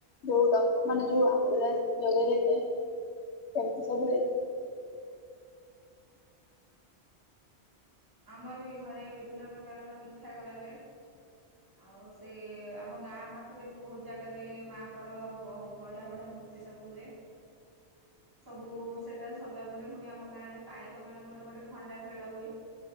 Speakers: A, on the left; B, on the right.
A: ଯୋଉ ମାନେ ଯୋଉ ଆମ୍ବୁଲାନ୍ସ ଯୋଗେଇ ଦେଇଥାଏ ସେମିତି ସବୁ ହେଇଥାଏ।
B: ଆମର ବି ଘରେ ବିଭିନ୍ନ ପ୍ରକାରର ପିଠା କରାଯାଏ ଆଉ ସେ ଆମ ଗାଁ ପାଖରେ ବି ବହୁତ ଜାଗାରେ ମାଆଙ୍କର ବହୁତ ବଢିଆ ବଢିଆ ମୂର୍ତ୍ତି ସବୁ ହୁଏ ସବୁ ସେଟା ସରିଲା ପରେ ପୁଣି ଆମ ଗାଁରେ ପାଇକ ମାନଙ୍କର ଗୋଟେ ଖଣ୍ଡା ଖେଳ ହୁଏ।